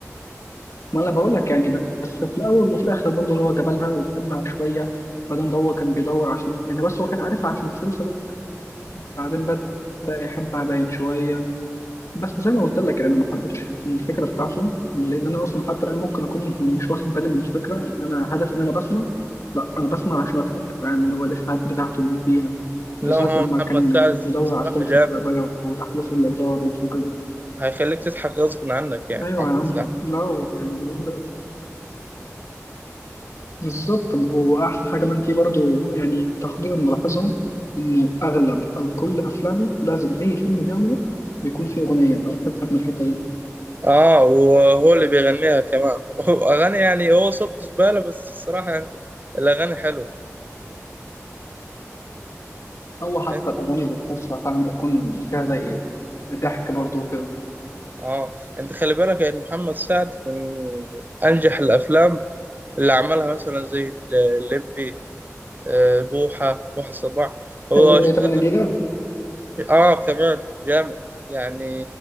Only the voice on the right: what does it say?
لا
هو
محمد
سعد
الصراحه
جامد
هيخليك تضحك غصب عنك يعني
محمد
سعد
اه وهو اللي بيغنيها كمان <laughs> اغاني يعني هو صوته زبالة بس الصراحة يعني الاغاني حلوة
إيه؟
اه انت خلي بالك ان محمد سعد من انجح الافلام اللي عملها مثلا زي ال- الليمبي آه، بوحة بوحة صباح هو
اشتغل
اه كمان جامد يعني